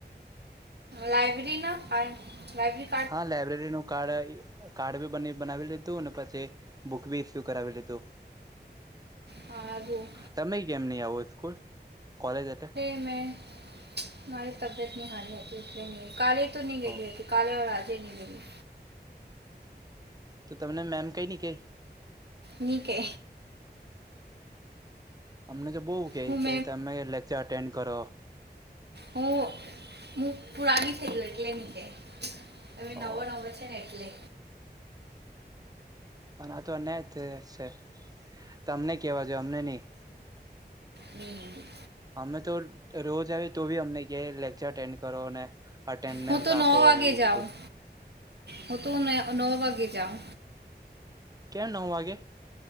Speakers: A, on the right; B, on the right.
A: લાઈબ્રેરી ના લાઈબ્રેરી
B: હા લાાયબ્રેરીનો કાર્ડ કાર્ડ બી બ બનાવી લીધું ને પછી, બુક બી ઇસ્યુ કરાવી લીધું.
A: હારું
B: તમે કેમ નહી આવો સ્કૂલ કોલેજ એ તો?
A: મે તમારી તબિયતની હારી ની હોતી એલે ન કાલે તો ની ગેય
B: હો
A: હેતી. કાલે હ આજે ન ગેલી.
B: તો તમને મેમ કઈ નહી કે.?
A: ની કે.
B: અમને તો બહુ કે
A: હું
B: કે તમે લેક્ચર એટેન્ડ કરો.
A: હ હું પુરાની થઈ ગઈ એટલે ની કે. હવે નવો
B: ઓ
A: નવો છે ને એટલે.
B: પણ આ તો છે. તમને કહેવા જોએ અમને નહીં.
A: ન ની ની.
B: અમે તો રોજ આવીએ તો બી અમને ક લેક્ચર એટેન્ડ કરો ને? અટેન્ડન્સ
A: હું તો
B: આપો
A: નવ વાગે
B: એવું
A: જાઉં
B: બધું.
A: હું તું ન નો વાગ જાવ.
B: કેમ નવ વાગે.?